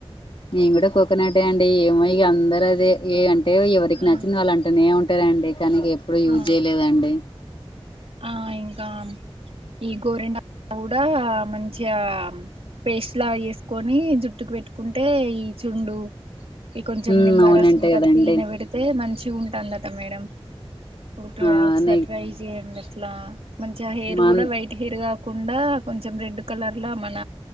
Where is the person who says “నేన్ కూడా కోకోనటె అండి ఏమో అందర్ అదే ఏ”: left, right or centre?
Left